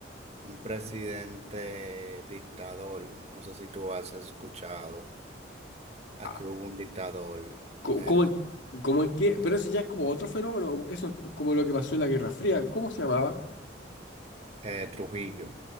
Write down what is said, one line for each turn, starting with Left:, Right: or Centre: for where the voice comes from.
Right: un presidente dictador. No sé si tú has escuchado. Aquí
Left: Ah,
Right: hubo un dictador,
Left: co-
Right: eh,
Left: ¿Cómo, en, cómo en qué? Pero eso ya es como otro fenómeno, eso es como lo que pasó en la Guerra Fría. ¿Cómo se llamaba?
Right: eh, Trujillo,